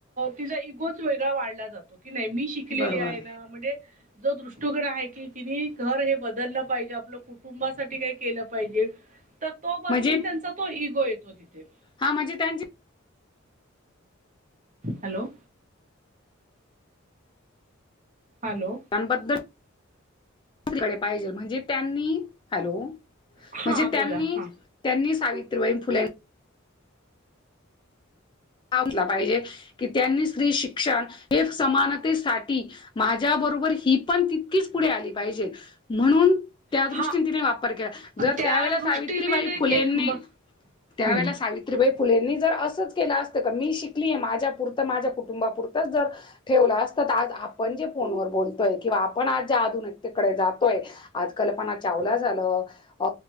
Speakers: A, on the right; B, on the left.
A: तिचा इगोच वेगळा वाढला जातो की नाहीी मी शिक
B: बरोबर
A: शली आहे म्हणजे जो दृष्टिकोन आहे की ति घर हे बदलं पाहिजे. आपलं कुटुंबासाठी काही केलं पाहिजे तर तो बदलून
B: म्हणजे
A: त्यांचा तो इगो येतो तिथे,
B: हा म्हणजे त्यांची
A: हॅलो हॅलो
B: त्यांबद्दलडे <unintelligible> पाहिजे म्हणजे त्यांनी हॅलो! म्हणजे
A: हा
B: त्यांनी
A: बोला हा
B: त्यांनी सावित्रीबाई फुल्या <unintelligible> टला पाहिजे की त्यांनी स्त्री शिक्षण हे समानतेसाठी माझ्या बरोबर ही पण तितकीच पुढे आली पाहिजे म्हणून, त्या
A: हा
B: दृष्टीने तिने वापर केला जर
A: त्या
B: त्यावेळे
A: दृष्टीने
B: सावित्रीबाई
A: जे
B: फुलेंनी
A: के ब-
B: त्यावेळेला
A: हं,
B: सावित्रीबाई फुलेंनी जर असंच केलं अस मी शिकली आहे माझ्यापुरं माझ्या कुटुंबापुरतच जर ठेवलं असत तर, आज आपण जे फोनवर बोलतोय किंवा आपण आज ज्या अधून एकीकडे जातोय. आज कल्पना चावला झालं. अ